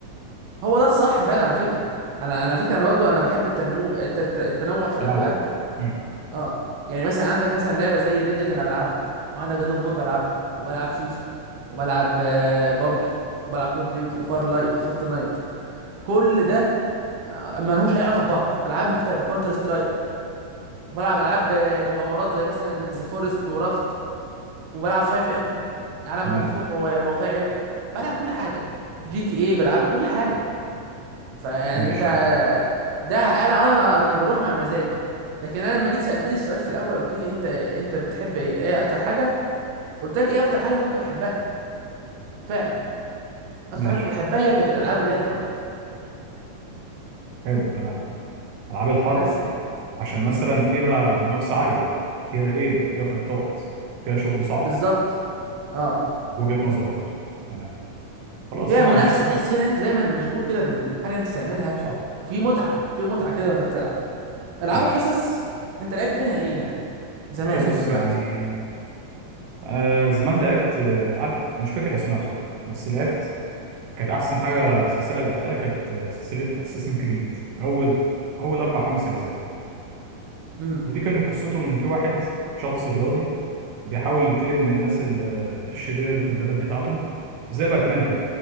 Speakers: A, on the right (about 60°); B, on the right (about 75°).
A: هو ده الصح فعلا على فكره انا انا فكره انا برضو انا بحب التنوع الت- التنوع في
B: تنوع
A: الالعاب
B: امم
A: اه يعني مثلا عندك مثلا لعبه زي ريد ديد انا بلعبها وعندك جاد اوف وور بلعبها وبلعب فيفا وبلعب آه، بابجي وبلعب كول اوف ديوتي وفار لايت فورتنايت كل ده آه، ما لهمش اي علاقه ببعض العاب مختلفه كونتر سترايك وبلعب العاب آه، مغامرات زي مثلا ذا فورست ورافت وبلعب 5 ام عالم
B: تمام
A: مفتوح وواقعي بلعب كل حاجه جي تي اي بلعبها كل حاجه فيعني
B: ماشي
A: انت
B: تمام
A: ده انا انا انا بروح مع مزاجي لكن انا لما جيت سالتني السؤال في الاول قلت لي انت انت بتحب ايه ايه اكتر حاجه قلت لك ايه اكتر حاجه انا كنت بحبها فعلا اكتر
B: ماشي
A: حاجه كنت بحبها هي كانت الالعاب اللي هي الحرب
B: حلو تمام العاب الحرب
A: بس يعني
B: عشان مثلا فيها منافسه عاليه فيها ايم وفيها فايتات فيها شغل صعب
A: بالظبط اه
B: وجهه نظر برضه تمام خلاص
A: فيها
B: انا
A: منافسه
B: عن نفسي
A: تحس كده انت دايما مشغول كده بال- بالحاجه اللي انت بتعملها
B: صح
A: وفي متعه في متعه كده وانت بتلعب العاب
B: ماشي
A: القصص انت لعبت منها ايه يعني زمان
B: القصص
A: ودلوقتي
B: يعني آه زمان لعبت آه، العاب مش فاكر اسمها بصراحه بس لعبت كانت احسن حاجه سلسله لعبتها كانت آه، سلسله اساسن كريد اول اول اربع خمس اجزاء
A: امم
B: ودي كانت قصتهم ان في واحد شخص رياضي بيحاول ينتقم من الناس ال- الشريره اللي في البلد بتاعته زي باتمان كده